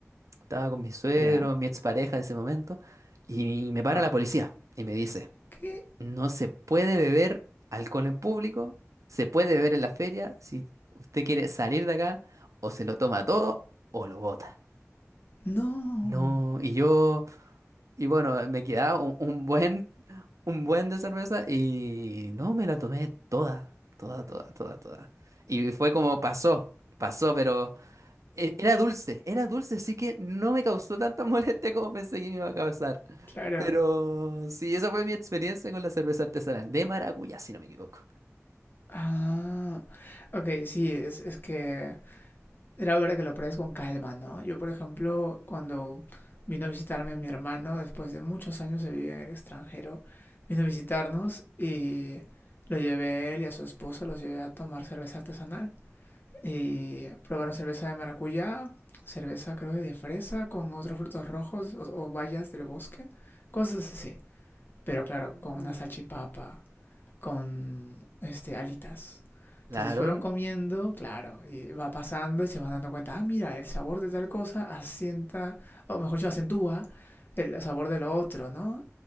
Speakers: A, on the right; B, on the left.
A: estaba con mi suegro,
B: ya, Yeah.
A: mi expareja de ese momento, y me para
B: wow,
A: la policía y me dice,
B: ¿qué?
A: no se puede beber alcohol en público, se puede beber en la feria, si usted quiere salir de acá, o se lo toma todo o lo bota.
B: No.
A: No, y yo... Y bueno, me quedaba un, un buen, un buen de cerveza y no, me la tomé toda, toda, toda, toda, toda. Y fue como pasó, pasó, pero e- era dulce, era dulce, así que no me causó tanta <laughs> molestia como pensé que me iba a causar.
B: Claro.
A: Pero sí, esa fue mi experiencia con la cerveza artesanal de maracuyá, si no me equivoco.
B: Ah, ok, sí, es, es que era verdad que lo pruebes con calma, ¿no? Yo, por ejemplo, cuando vino a visitarme mi hermano, después de muchos años de vivir en el extranjero, vino a visitarnos y lo llevé él y a su esposa, los llevé a tomar cerveza artesanal. Y probaron cerveza de maracuyá, cerveza creo que de fresa, con otros frutos rojos o, o bayas del bosque, cosas así. Pero claro,
A: Mm.
B: con una salchipapa con este, alitas. Entonces
A: Claro,
B: fueron comiendo, claro, y va pasando y se van dando cuenta, ah, mira, el sabor de tal cosa asienta, o mejor dicho, acentúa el sabor de lo otro, ¿no?